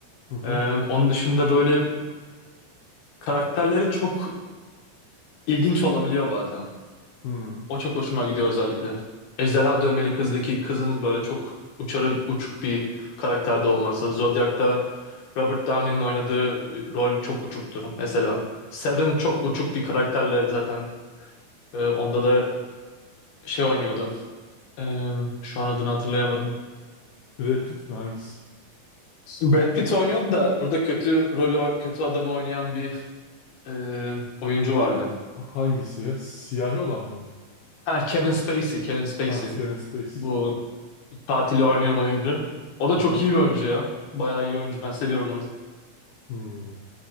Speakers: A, on the left (about 80°); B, on the left (about 65°).
A: hı, hı.
B: Ee, onun dışında böyle karakterleri çok ilginç olabiliyor bazen.
A: hı.
B: O çok hoşuma gidiyor özellikle. Ejderha Dövmeli Kız'daki kızın böyle çok uçarı uçuk bir karakterde olması. Zodiac'ta Robert Downey'nin oynadığı e, rol çok uçuktu mesela. Seven çok uçuk bir karakterle zaten e, onda da şey oynuyordu. E, şu an adını hatırlayamadım.
A: Brad Pitt mi hangisi?
B: Brad Pitt oynuyordu da burada kötü rolü kötü adamı oynayan bir e, oyuncu vardı.
A: Hangisi ya? Siyahi olan mı?
B: Ha Kevin Spacey, Kevin Spacey.
A: Ha, Kevin Space.
B: Bu katili oynayan oyuncu. O da
A: Aha.
B: çok iyi bir oyuncu ya. Bayağı iyi oyuncu. Ben seviyorum onu.
A: Hmm.